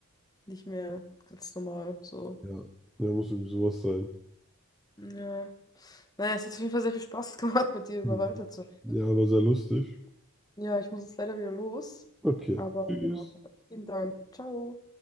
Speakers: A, on the left; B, in the centre.
A: nicht mehr ganz normal so.
B: Ja, ja, muss irgendwie sowas sein.
A: Ja. Naja, es hat auf jeden Fall sehr viel Spaß <laughs> gemacht, mit dir über
B: Mhm.
A: Walter zu reden.
B: Ja, aber sehr lustig.
A: Ja, ich muss jetzt leider wieder los.
B: Okay,
A: Aber
B: tschüss.
A: ja, vielen Dank. Ciao.